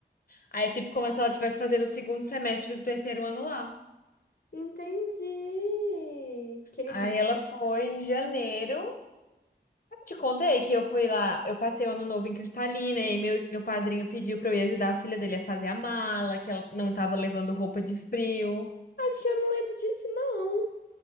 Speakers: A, on the left; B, on the left.
A: aí é tipo como se ela estivesse fazendo o segundo semestre do terceiro ano lá.
B: entendi, querida.
A: Aí ela foi em janeiro. Te contei que eu fui lá, eu passei o ano novo em Cristalina e meu, meu padrinho pediu pra eu ir ajudar a filha dele a fazer a mala, que ela não tava levando roupa de frio.
B: Acho que eu não lembro disso, não.